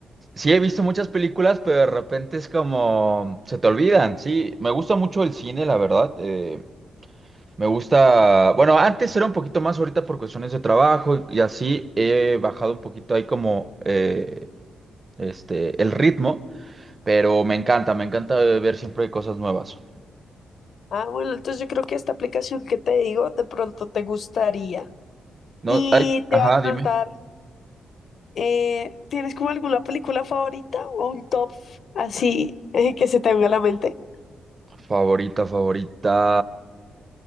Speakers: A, on the right (about 30°); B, on the left (about 60°).
A: sí he visto muchas películas, pero de repente es como, se te olvidan, sí. Me gusta mucho el cine, la verdad. eh, Me gusta, bueno, antes era un poquito más ahorita por cuestiones de trabajo y, y así he bajado un poquito ahí como eh, este el ritmo, pero me encanta, me encanta ver siempre cosas nuevas.
B: Ah, bueno, entonces yo creo que esta aplicación que te digo de pronto te gustaría.
A: No,
B: Y
A: ay,
B: te
A: ajá,
B: va a preguntar,
A: dime.
B: Eh, ¿tienes como alguna película favorita o un top así eh, que se te venga a la mente?
A: Favorita, favorita.